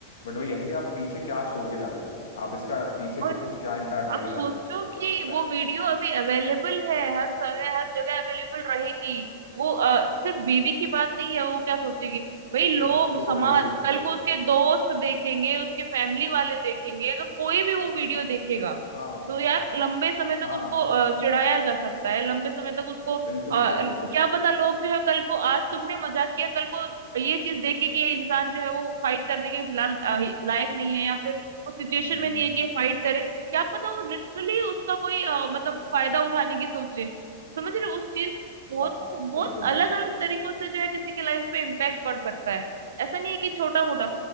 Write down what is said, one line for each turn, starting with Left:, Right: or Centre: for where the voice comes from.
Left: बट वही है ना कि आप पीछे क्या छोड़ के जा रहे हो आप इसका पीछे
Right: और
Left: किसको क्या इम्पैक्ट देके
Right: अब सोचो
Left: जा रहे हो ये
Right: कि
Left: तो नहीं पता
Right: वो
Left: है
Right: वीडियो अभी अवेलेबल है हर समय हर जगह अवेलेबल रहेगी वो अ, सिर्फ बीवी की बात नहीं है वो क्या सोचेगी भाई लोग
Left: के बच्चों
Right: समाज
Left: को भी दिख सकती
Right: कल
Left: है
Right: को उसके दोस्त देखेंगे उसके फैमिली वाले देखेंगे अगर कोई भी वो वीडियो देखेगा
Left: हाँ
Right: तो यार लंबे समय तक
Left: हाँ
Right: उसको अ, चिढ़ाया जा सकता है लंबे समय तक उसको अ,
Left: बिल्कुल बिल्कुल
Right: क्या पता लोग जो है कल को आज तुमने मजाक किया कल को ये चीज देख के कि ये इंसान जो है वो फाइट करने के फिलहाल अ, लायक नहीं है या फिर उस सिचुएशन
Left: हम्म
Right: में नहीं
Left: हम्म,
Right: है कि ये फाइट करे क्या पता वो लिटरली उसका कोई अ, मतलब फायदा उठाने की सोचे समझ रहे हो? उस चीज बहुत
Left: हाँ
Right: बहुत
Left: बिल्कुल
Right: अलग
Left: बिल्कुल
Right: अलग तरीकों से जो है किसी के लाइफ पे इम्पैक्ट पड़ सकता है ऐसा नहीं है कि छोटा मोटा